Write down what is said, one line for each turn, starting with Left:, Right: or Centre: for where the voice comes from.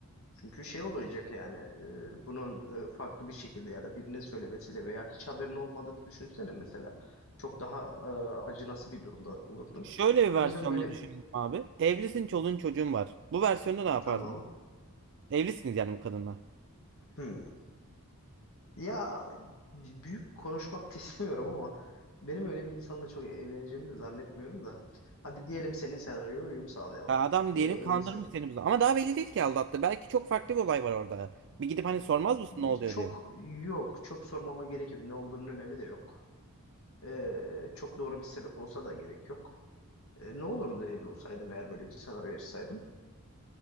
Left: Çünkü şey olacak yani e, bunun e, farklı bir şekilde ya da birinin söylemesiyle veya hiç haberin olmadığını düşünsene mesela. Çok daha e, acınası bir durumda olurdun.
Right: Şöyle bir
Left: O
Right: versiyonunu
Left: yüzden böyle
Right: düşünelim abi. Evlisin, çoluğun çocuğun var. Bu versiyonda ne yapardın?
Left: tamam.
Right: Evlisiniz yani bu kadınla.
Left: Hmm. Ya büyük konuşmak da <laughs> istemiyorum ama benim öyle bir insanla çok evleneceğimi de zannetmiyorum da. Hadi diyelim senin senaryoya uyum sağlayalım.
Right: Ya adam
Left: E,
Right: diyelim
Left: evlisin.
Right: kandırmış seni bu zaman. Ama daha belli değil ki aldattı. Belki çok farklı bir olay var orada. Bir gidip hani sormaz mısın ne oluyor
Left: E, çok
Right: diye.
Left: yok. Çok sormama gerek yok. Ne olduğunun önemi de yok. E, çok doğru bir sebep olsa da gerek yok. E, ne olurdu evli olsaydım eğer böyle bir senaryo yaşasaydım?